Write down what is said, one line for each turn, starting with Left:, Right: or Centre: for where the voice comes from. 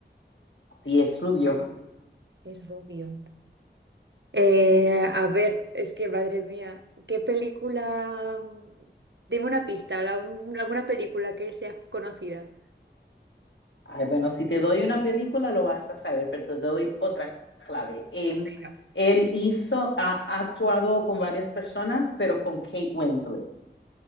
Left: Sí, es rubio.
Right: Es rubio. Eh, a ver, es que madre mía, ¿qué película? Dime una pista, la- un- alguna película que sea conocida.
Left: Ay, bueno, si te doy una película lo vas a saber, pero te doy otra clave. Eh,
Right: Venga.
Left: él hizo, ha, ha actuado con varias personas, pero con Kate Winslet.